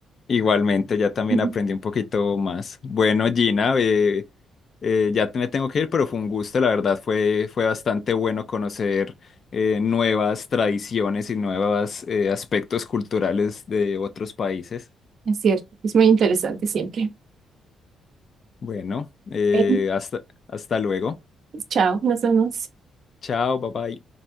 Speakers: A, on the left; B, on the right.
A: Igualmente, ya también
B: Ujú.
A: aprendí un poquito más. Bueno, Gina, eh, eh, ya te- me tengo que ir, pero fue un gusto, la verdad, fue, fue bastante bueno conocer eh, nuevas tradiciones y nuevos aspectos culturales de otros países.
B: Es cierto, es muy interesante siempre.
A: Bueno, eh,
B: Ven,
A: hasta, hasta luego.
B: chao, nos vemos.
A: Chao, bye bye.